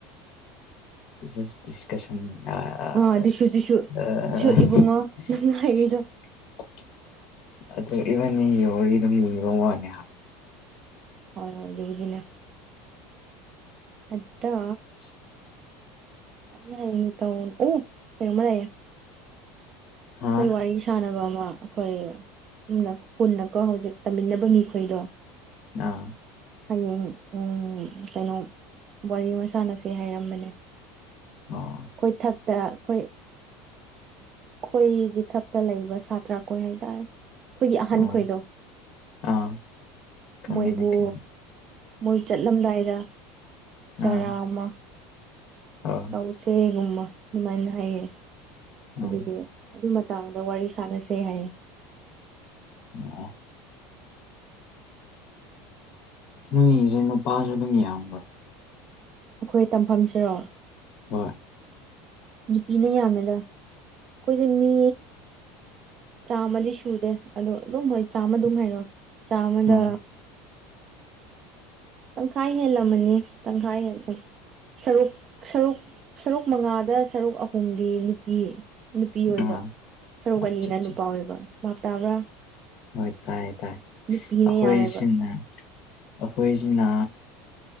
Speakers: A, on the left; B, on the right.
A: ꯁꯤꯁ ꯗꯤꯁꯀꯁꯟꯗꯥ <unintelligible>
B: ꯑꯥ ꯑꯗꯨꯁꯨ ꯑꯗꯨꯁꯨ ꯑꯗꯨꯁꯨ ꯏꯕꯨꯡꯉꯣ ꯅꯪ ꯍꯥꯏꯔꯤꯗꯣ
A: ꯑꯗꯣ ꯋꯔꯤꯗꯣ ꯃꯤꯒꯤ ꯃꯋꯥꯅꯦ ꯍꯥ
B: ꯍꯣꯏ ꯍꯣꯏ ꯑꯗꯨꯕꯨꯗꯤꯅꯦ ꯑꯠꯗꯣ
A: <inaudible>
B: <unintelligible> ꯀꯩꯅꯣꯃꯥ ꯂꯩꯌꯦ ꯑꯩꯈꯣꯏ
A: ꯑꯥ
B: ꯋꯥꯔꯤ ꯁꯥꯟꯅꯕ ꯑꯃ ꯑꯩꯈꯣꯏ ꯀꯨꯟꯅ ꯀꯨꯟꯅꯀꯣ ꯍꯧꯖꯤꯛ ꯇꯝꯃꯤꯟꯅꯕ ꯃꯤꯈꯣꯏꯗꯣ
A: ꯑꯥ
B: ꯍꯌꯦꯡ ꯎꯝ ꯀꯩꯅꯣ ꯋꯥꯔꯤ ꯃꯁꯥꯟꯅꯁꯦ ꯍꯥꯏꯔꯝꯕꯅꯦ
A: ꯑꯣ
B: ꯑꯩꯈꯣꯏ ꯊꯛꯇ ꯑꯈꯣꯏ ꯑꯩꯈꯣꯏꯒꯤ ꯊꯛꯇ ꯂꯩꯕ ꯁꯥꯇ꯭ꯔ ꯀꯣꯏ ꯍꯥꯏꯇꯥꯔꯦ ꯑꯩꯈꯣꯏꯒꯤ ꯑꯍꯟ
A: ꯑꯣ
B: ꯈꯣꯏꯗꯣ
A: ꯑꯥ ꯈꯪꯉꯦꯅꯦ
B: ꯃꯣꯏꯕꯨ
A: ꯈꯪꯉꯦ
B: ꯃꯣꯏ ꯆꯠꯂꯝꯗꯥꯏꯗ ꯆꯥꯔꯥ
A: ꯑꯥ
B: ꯑꯃ
A: ꯑꯣ
B: ꯎꯆꯦꯒꯨꯝꯕ ꯑꯗꯨꯃꯥꯏꯅ ꯍꯥꯏꯌꯦ ꯑꯗꯨꯒꯤ
A: ꯑꯣ
B: ꯑꯗꯨ ꯃꯇꯥꯡꯗ ꯋꯥꯔꯤ ꯁꯥꯟꯅꯁꯦ ꯍꯥꯏꯌꯦ
A: ꯑꯣ ꯅꫭꯏ ꯌꯦꯡꯏꯖꯦ ꯅꯨꯄꯥꯁꯨ ꯑꯗꯨꯝ ꯌꯥꯝꯕ꯭ꯔꯣ꯫
B: ꯑꯩꯈꯣꯏ ꯇꯝꯐꯝꯁꯤꯔꯣ꯫
A: ꯍꯣꯏ꯫
B: ꯅꯨꯄꯤꯅ ꯌꯥꯝꯃꯦꯗ ꯑꯩꯈꯣꯏꯁꯦ ꯃꯤ ꯆꯥꯝꯃꯗꯤ ꯁꯨꯗꯦ ꯑꯗꯣ ꯑꯗꯨꯝ ꯍꯣꯏ ꯆꯥꯝꯃ ꯑꯗꯨꯝ ꯍꯥꯏꯔꯣ ꯆꯥꯝꯃꯗ
A: ꯎꯝ
B: ꯇꯪꯈꯥꯏ ꯍꯦꯜꯂꯝꯃꯅꯤ ꯇꯪꯈꯥꯏ ꯍꯦꯜꯂꯦ꯫ ꯁꯔꯨꯛ ꯁꯔꯨꯛ ꯁꯔꯨꯛ ꯃꯉꯥꯗ ꯁꯔꯨꯛ ꯑꯍꯨꯝꯗꯤ ꯅꯨꯄꯤ꯫ ꯅꯨꯄꯤ ꯑꯣꯏꯕ
A: ꯑꯥ
B: ꯁꯔꯨꯛ
A: ꯑꯠꯆꯥ
B: ꯑꯅꯤꯅ ꯅꯨꯄꯥ
A: ꯆꯥ
B: ꯑꯣꯏꯕ ꯚꯥꯞ ꯇꯥꯕ꯭ꯔꯥ꯫
A: ꯍꯣꯏ ꯇꯥꯏ ꯇꯥꯏ
B: ꯅꯨꯄꯤꯅ
A: ꯑꯩꯈꯣꯏꯁꯤꯅ
B: ꯌꯥꯝꯃꯦꯕ
A: ꯑꯩꯈꯣꯏꯁꯤꯅꯥ